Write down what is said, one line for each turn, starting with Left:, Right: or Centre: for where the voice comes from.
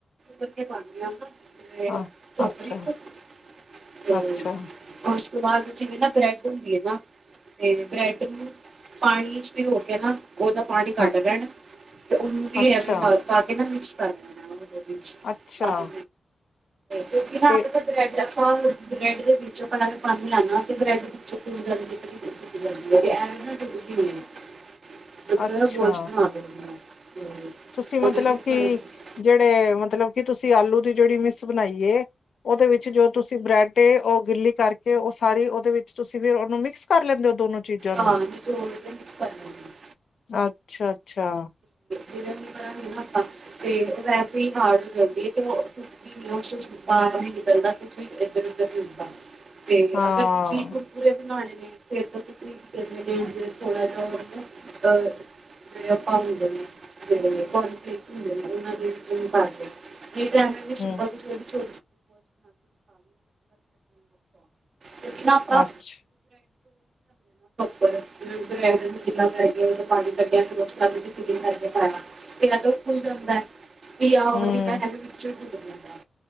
Right: ਕਿੱਥੇ ਪੁਰਾਣੀਆਂ ਯਾਦਾਂ
Left: ਅ
Right: <unintelligible>
Left: ਅੱਛਾ, ਅੱਛਾ,
Right: ਤੋਂ ਬਾਅਦ ਚ ਵੀ ਨਾ ਬ੍ਰੈਡ ਹੁੰਦੀ ਹੈ, ਨਾ ਤੇ ਬ੍ਰੈਡ ਨੂੰ ਪਾਣੀ ਭਿਗੋ ਕੇ ਨਾ ਉਹਦਾ ਪਾਣੀ ਕੱਢ
Left: ਅ
Right: ਲੈਣਾ, ਤੇ ਉਹਨੂੰ ਵੀ
Left: ਅੱਛਾ,
Right: ਐਵੇਂ ਨਾਲ ਪਾ ਕੇ ਨਾ ਮਿਕਸ <inaudible>
Left: ਅੱਛਾ
Right: ਹਾਂਜੀ ਕਿਉਂਕਿ ਨਾ
Left: ਤੇ
Right: ਬ੍ਰੇਡ ਦਾ <unintelligible> <unintelligible>
Left: ਅੱਛਾ ਤੁਸੀਂ ਮਤਲਬ
Right: ਉਹਦੇ ਵਿੱਚ
Left: ਕਿ,
Right: ਥੋੜ੍ਹਾ-
Left: ਜਿਹੜੇ ਮਤਲਬ ਕੀ ਤੁਸੀਂ ਆਲੂ ਦੀ ਜਿਹੜੀ ਮਿਸ ਬਣਾਈ ਏ ਉਹਦੇ ਵਿੱਚ ਜੋ ਤੁਸੀਂ ਬ੍ਰੈਡ ਏ ਉਹ ਗਿੱਲੀ ਕਰਕੇ ਤੇ ਉਹ ਸਾਰੀ ਉਹਦੇ ਵਿੱਚ ਤੁਸੀਂ ਫਿਰ ਉਹਨੂੰ ਮਿਕਸ ਕਰ ਲੈਂਦੇ ਹੋ ਦੋਨੋ ਚੀਜ਼ਾਂ ਨੂੰ
Right: ਹਾਂਜੀ, ਦੋਨੋਂ ਮਿਕਸ ਕਰ ਲੈਨੇ ਆ
Left: ਅੱਛਾ, ਅੱਛਾ
Right: ਜਿਵੇਂ ਹੁਣ ਕਰਾਂਗੇ ਨੇ ਆਪਾਂ, ਤੇ ਉਹ ਵੈਸੇ ਹੀ ਹਾਰਡ ਹੋ ਜਾਂਦੀ ਹੈ ਤੇ ਉਹ ਟੁੱਟਦੀ ਨੀ, ਬਾਹਰ ਨੀ ਨਿਕਲਦਾ ਕੁਛ ਇਧਰ -ਉਧਰ ਨਹੀਂ ਟੁੱਟਦਾ। ਤੇ
Left: ਹਾਂ
Right: ਅਗਰ ਤੁਸੀਂ ਕੁਰਕੁਰਰੇ ਬਣਾਣੇ। ਫੇਰ ਤੇ ਤੁਸੀਂ ਕੀ ਕਦੇ ਥੋੜਾ ਜਿਹਾ ਜਿਹੜੇ। ਆ ਹੁੰਦੇ ਨੇ ਜਿਹੜੇ ਕੋਨਫਿਲਕ ਹੁੰਦੇ ਨੇ ਉਨ੍ਹਾ ਦੇ ਵਿੱਚ। ਇਹ ਜਾਣੇ ਨੇ ਸਪੰਜ
Left: ਹੂੰ
Right: ਵਿੱਚੋਂ। ਕਿਉਂ ਕੀ ਨਾਤਾ
Left: ਅੱਛਾ
Right: ਪ੍ਰੋਪਰ ਹੈਲਾ ਕਰਕੇ ਪਾਣੀ ਕੱਢਿਆ। <unintelligible> ਕਰਕੇ ਕਿੰਨਾ ਕੁ ਖੁੱਲ ਜਾਂਦਾ। ਵੀ ਆਹੋ
Left: ਹੂੰ
Right: ਜਿੰਨਾਂ ਵੀ ਹੈ ਵਿੱਚੋਂ ਹੁੰਦਾ। ਕਹਿੰਦਾ।